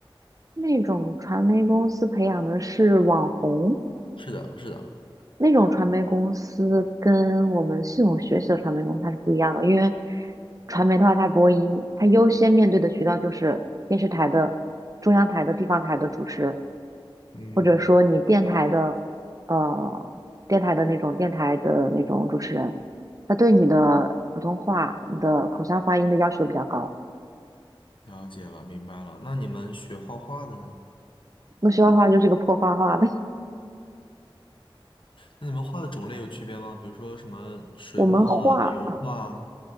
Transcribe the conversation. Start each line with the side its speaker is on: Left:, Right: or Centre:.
Right: 那种传媒公司培养的是网红，
Left: 是的，是的。
Right: 那种传媒公司跟我们系统学习的传媒公司它是不一样的，因为传媒的话，它播音，它优先面对的渠道就是电视台的、中央台的、地方台的主持。
Left: 嗯，
Right: 或者说你电台的，呃，电台的那种电台的那种主持人，他对你的普通话、你的口腔发音的要求都比较高。
Left: 了解了，明白了。那你们学画画的呢？
Right: 那学画画就是个破画画的，
Left: 那你们画的种类有区别吗？比如说什么水墨啊、
Right: <laughs> 我们画
Left: 油画啊，